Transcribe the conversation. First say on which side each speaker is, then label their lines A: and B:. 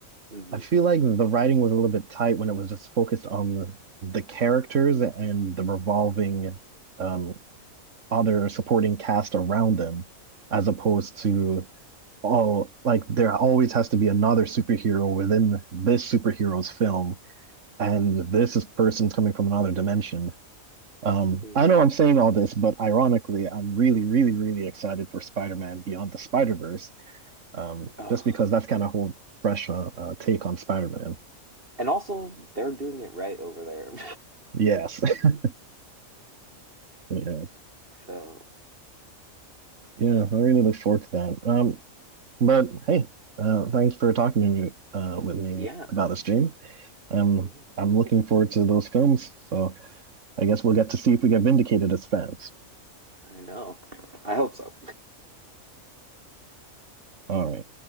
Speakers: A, on the right; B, on the right.
A: hmm
B: I feel like the writing was a little bit tight when it was just focused on the characters and the revolving um other supporting cast around them, as opposed to oh, like there always has to be another superhero within this superhero's film, and this is person's coming from another dimension. Um,
A: hmm
B: I know I'm saying all this, but ironically, I'm really, really, really excited for Spider-Man Beyond the Spider-Verse, um,
A: Oh.
B: just because that's kind of a whole fresh uh, uh, take on Spider-Man.
A: And also, they're doing it right over there.
B: Yes, <laughs> yeah,
A: <laughs> so,
B: yeah. I really look forward to that. Um, but hey, uh, thanks for talking to me uh, with me
A: yeah,
B: about this, James. Um,
A: Mm-hmm.
B: I'm looking forward to those films, so I guess we'll get to see if we get vindicated as fans.
A: I know. I hope so.
B: All right.